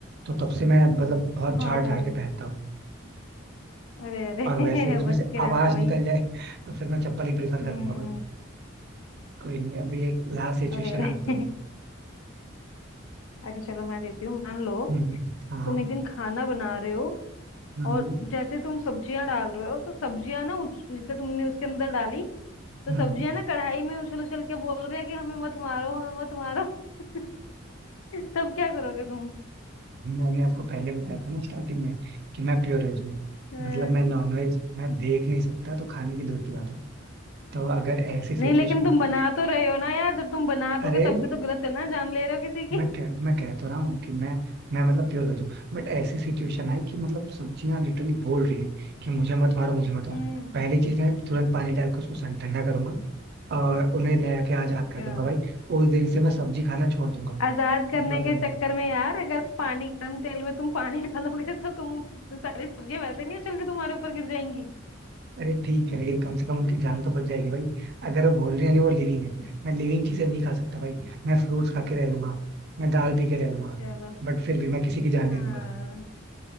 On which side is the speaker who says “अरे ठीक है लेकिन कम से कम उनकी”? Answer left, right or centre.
Right